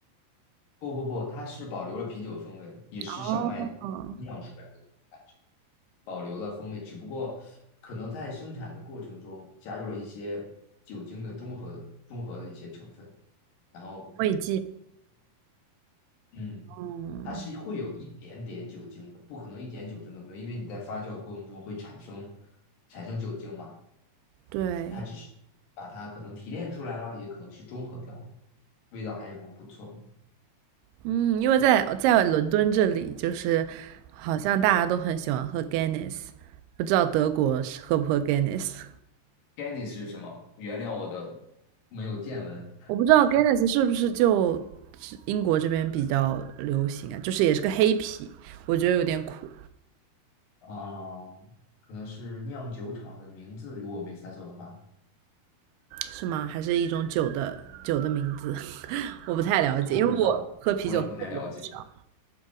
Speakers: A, on the left; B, on the right.
A: 不不不，它是保留了啤酒的风味，也是小麦酿出来的感觉。
B: 哦，
A: 保留了风味，只不过可能在生产的过程中加入了一些酒精的中和中和的一些成分，然后
B: 味精。
A: 嗯，
B: 嗯，
A: 它是会有一点点酒精的，不可能一点酒精都没有，因为你在发酵的过程中会产生产生酒精嘛，
B: 对。
A: 它只是把它可能提炼出来了，也可能是中和掉了，味道还是蛮不错的。
B: 嗯，因为在在伦敦这里，就是好像大家都很喜欢喝 Guinness，不知道德国是喝不喝 Guinness？
A: g a n n s 是什么？原谅我的没有见闻
B: 我不知道 Guinness 是不是就是英国这边比较流行啊？就是也是个黑啤，我觉得有点苦，
A: 啊，可能是酿酒厂的名字，如果我没猜错的话。
B: 是吗？还是一种酒的酒的名字？<laughs> 我不太了解，
A: 我不知道，
B: 因为我喝啤酒喝的比较少。
A: 我也不太了解。